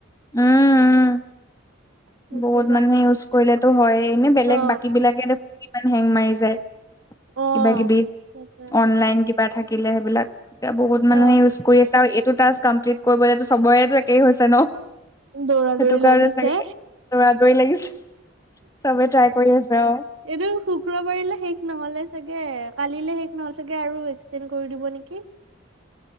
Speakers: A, on the left; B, on the right.
A: উম উম,
B: সেইটো
A: বহুত
B: কাৰণে।
A: মানে ইউজ কৰিলেটো হয়ে এনে
B: অ
A: বেলেগ বাকী বিলাকেটো। কিমান হেং মাৰি যায়
B: অ
A: কিবা কিবি
B: তাকে
A: অনলাইন কিবা থাকিলে সেইবিলাক। এতিয়া বহুত মানুহে
B: অ
A: ইউজ কৰি আছে আৰু এইটো টাস্ক কমপ্লিট কৰিবলেতো চবৰেতো একেই হৈছে ন।
B: দৌৰা
A: সেইটো
B: দৌৰি
A: কাৰণে
B: লাগিছে।
A: চাগে দৌৰা আ দৌৰি লাগিছে চবে ট্ৰাই কৰি আছে অ।
B: এইটো শুক্ৰবাৰিললৈ শেষ নহলে চাগে কালিলে শেষ নহলে চাগে আৰু এক্সটেণ্ড কৰি দিব নেকি।